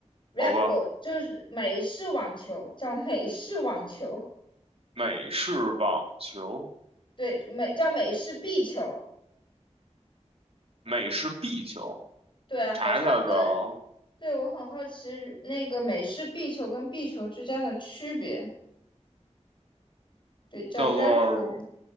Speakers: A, on the left; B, on the right.
A: racquetball
B: 好吧，
A: 就是美式网球，叫美式网球，
B: 美式网球，
A: 对，美叫美式壁球，
B: 美式壁球，
A: 对，好像跟
B: 查一下知道，
A: 对我很好奇那个美式壁球跟壁球之间的区别，对，叫
B: 叫做
A: racquetball，